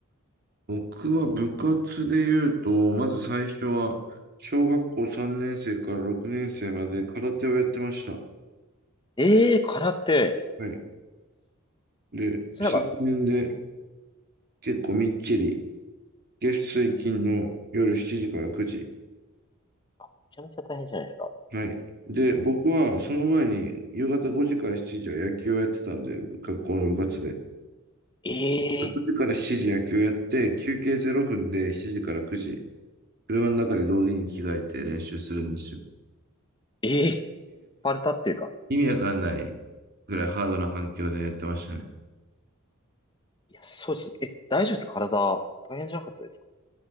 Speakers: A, on the right; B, on the left.
A: 僕は部活で言うと、まず最初は、小学校3年生から6年生まで空手をやってました。
B: ええー、空手。
A: はい。で、
B: それなんか、
A: 3年で
B: え
A: 結構みっちり、月水金の夜7時から9時。
B: あめちゃめちゃ大変じゃないですか。
A: はい。で、僕はその前に夕方5時から7時は野球をやってたんで、部学校の部活で。
B: ええ
A: 6時から7時野球やって、休憩0分で7時から9時、車の中で道着に着替えて練習するんですよ。
B: ええーパルタっていうか。
A: 意味わかんないぐらいハードな環境でやってましたね。
B: いや、そうです。え、大丈夫ですか体、大変じゃなかったですか